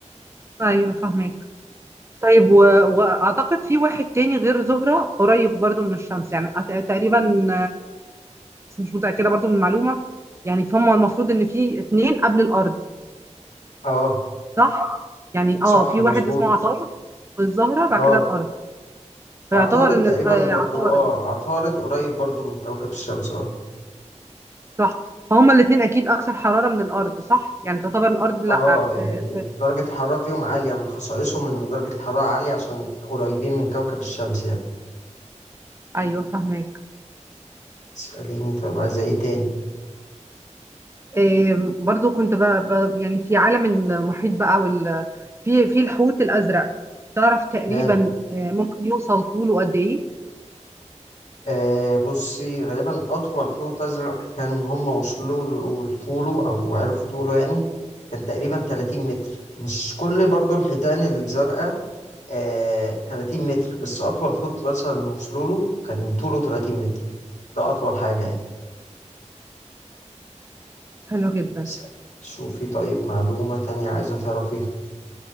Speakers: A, on the right; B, on the left.
A: ايوه فاهمك طيب و... واعتقد في واحد تاني غير زهرة قريب برضه من الشمس يعني أت- تقريبا بس مش متأكدة برضو من المعلومة يعني فهم المفروض ان في اتنين قبل الارض
B: أه
A: صح يعني
B: صح
A: اه في
B: مظبوط
A: واحد اسمه عطارد والزهرة بعد
B: اه
A: كده الارض فيعتبر
B: عطارد
A: ان
B: تقريبا
A: ال- آه،
B: برضو
A: عطارد
B: اه عطارد قريب برضو من كوكب الشمس اه
A: صح فهما الاتنين اكيد اكثر حرارة من الارض صح يعني تعتبر الارض لا
B: اه
A: في,
B: يعني
A: في
B: درجة الحرارة فيهم عالية من خصائصهم إن درجة الحرارة عالية عشان قريبين من كوكب الشمس يعني
A: ايوه فاهمك
B: اسأليني طيب عايزة ايه تاني
A: إيه برضو كنت ب... ب... يعني في عالم المحيط بقى وال... في في الحوت الازرق تعرف تقريبا
B: ماله
A: آه، ممكن يوصل طوله قد ايه
B: آه بصي غالبا أطول حوت أزرق كان هم وصلوا له- لطوله أو عرفوا طوله يعني كان تقريبا 30 متر مش كل برضو الحيتان الزرقاء آه 30 متر بس أطول حوت مثلا وصلوا له كان طوله 30 متر ده أطول حاجة يعني.
A: حلو جدا
B: اسأل. شوفي طيب معلومة تانية عايزة تعرفيها